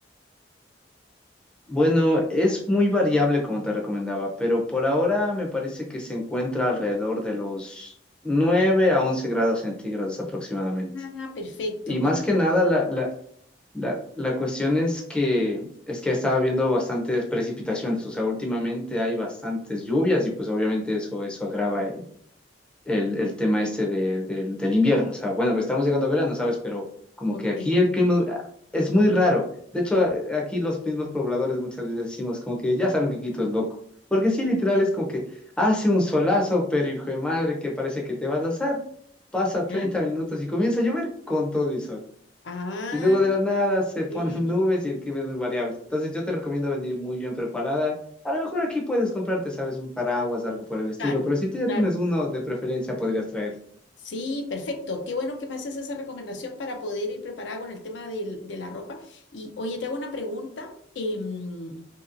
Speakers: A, in the centre; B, on the left.
A: Bueno, es muy variable como te recomendaba, pero por ahora me parece que se encuentra alrededor de los 9 a 11 grados centígrados aproximadamente.
B: Ah, perfecto,
A: Y
B: perfecto.
A: más que nada, la, la- La, la cuestión es que es que estaba viendo bastantes precipitaciones, o sea, últimamente hay bastantes lluvias y pues obviamente eso, eso agrava el, el, el tema este de, del del invierno. O sea, bueno, estamos llegando a verano, ¿sabes? Pero como
B: Ok.
A: que aquí el clima ah, es muy raro. De hecho, a- aquí los mismos pobladores muchas veces decimos como que ya saben que Quito es loco. Porque sí, literal
B: entiendo.
A: es como que hace un solazo, pero hijo de madre, que parece que te vas a asar. Pasa
B: ¿Ya?
A: 30 minutos y comienza a llover con todo y sol.
B: Ah,
A: Y luego de la nada
B: ok,
A: se ponen <laughs> nubes y el clima es muy variable. Entonces yo te recomiendo venir muy bien preparada. A lo mejor aquí puedes comprarte, sabes, un paraguas, algo por el estilo,
B: Claro,
A: pero si tú ya
B: claro.
A: tienes uno, de preferencia podrías traer.
B: Sí, perfecto. Qué bueno que me haces esa recomendación para poder ir preparada con el tema del- de la ropa. Y oye, te hago una pregunta. em,